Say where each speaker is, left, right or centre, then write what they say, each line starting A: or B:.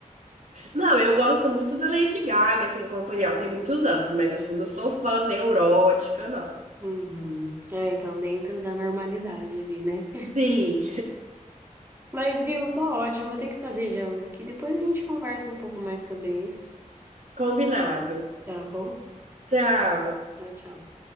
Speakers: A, on the right (about 70°); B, on the right (about 15°).
A: Não, eu gosto muito da Lady Gaga, assim, companhia, ela tem muitos anos, mas assim, não sou fã neurótica, não.
B: Uhum. É, então dentro da normalidade ali, né?
A: Sim,
B: Mas, viu, tá ótimo. Vou ter que fazer janta aqui. Depois a gente conversa um pouco mais sobre isso,
A: combinado.
B: tá bom?
A: Tchau.
B: Tchau, tchau.